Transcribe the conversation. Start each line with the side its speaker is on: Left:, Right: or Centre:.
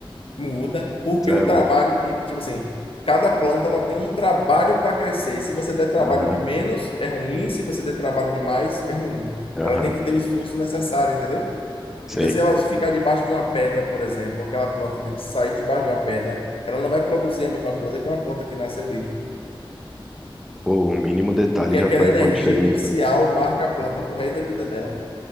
Left: Muda, porque
Centre: Cê
Left: o
Centre: é
Left: trabalho
Centre: louco.
Left: que, tipo assim, cada planta ela tem um trabalho para crescer. Se você der trabalho
Centre: Aham,
Left: de menos, é ruim. Se você der trabalho de mais, é ruim.
Centre: aham,
Left: Ela tem que ter o esforço necessário, entendeu?
Centre: sei.
Left: Então, se ela ficar debaixo de uma pedra, por exemplo, aquela planta tem que sair debaixo de uma pedra, ela não vai produzir a mesma coisa que uma planta que nasceu livre,
Centre: Pô, o mínimo detalhe
Left: porque
Centre: já
Left: aquela
Centre: faz
Left: energia
Centre: uma diferença.
Left: inicial marca a planta pro resto da vida dela.